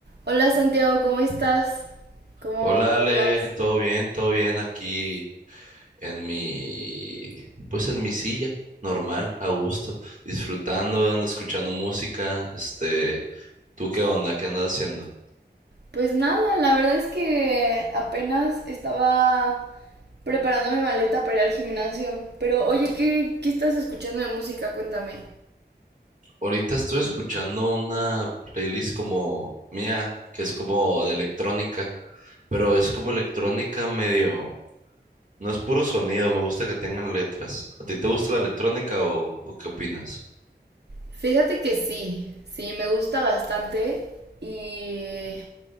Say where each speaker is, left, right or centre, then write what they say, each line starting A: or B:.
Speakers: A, on the right (about 65°); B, on the right (about 45°).
A: Hola Santiago, ¿cómo estás? ¿Cómo,
B: Hola
A: cómo
B: Ale,
A: vas?
B: todo bien, todo bien aquí en mi, pues en mi silla, normal, a gusto, disfrutando, ando escuchando música, este, ¿tú qué onda? ¿Qué andas haciendo?
A: Pues nada, la verdad es que apenas estaba preparando mi maleta para ir al gimnasio. Pero oye, ¿qué, qué estás escuchando de música? Cuéntame.
B: Ahorita estoy escuchando una playlist como mía, que es como de electrónica, pero es como electrónica medio, no es puro sonido, me gusta que tengan letras. ¿A ti te gusta la electrónica o, o qué opinas?
A: Fíjate que sí, sí, me gusta bastante y